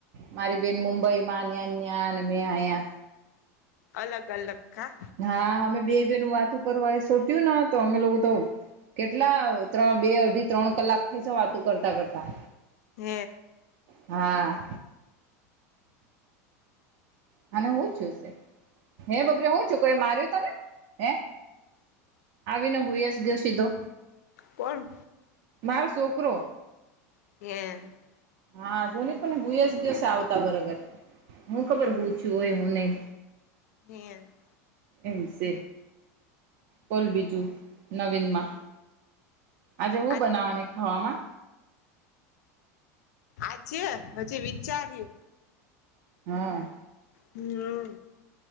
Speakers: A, on the right; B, on the left.
A: મારી બેન મુંબઈ માં ન્યાન્યા અને મેં અહીયા
B: અલગ અલગ કા
A: હા અમે બે બે નું વાત કરવા એ સોટ્યુંને તો અમે લોકો તો કેટલા ત્રણ બે અઢી ત્રણ કલાક થઈ છે વાતો કરતા કરતા
B: હે
A: હા અને હું છું છે હે બપરે હું છું કોએ માર્યો તો ને હે આવીને હુયસ ગયો સીધો
B: પણ
A: મારો છોકરો.
B: <inaudible>
A: હા જોની પણ હુંય જ દિવસે આવતા બરોબર હું ખબર હુ છુ હોય, હુ નહી
B: <unintelligible>
A: એમશે બોલ બીજું નવીનમા આજે હું
B: આ
A: બનાવાની ખાવામા
B: આજે હજી વિચાર્યુ
A: હા
B: હમ